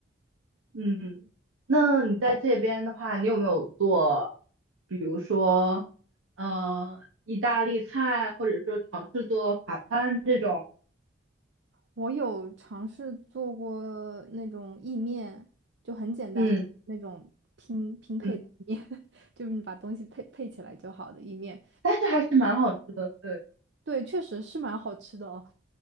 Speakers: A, on the right (about 85°); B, on the right (about 60°).
A: 嗯，那你在这边的话，你有没有做，比如说，呃，意大利菜，或者说尝试做法餐这种？
B: 我有尝试做过那种意面，就很简单的那种拼拼配的意面，
A: 嗯嗯，
B: <laughs> 就是你把东西配配起来就好的意面。
A: 但是还是蛮好吃的，对，
B: 对，确实是蛮好吃的哦，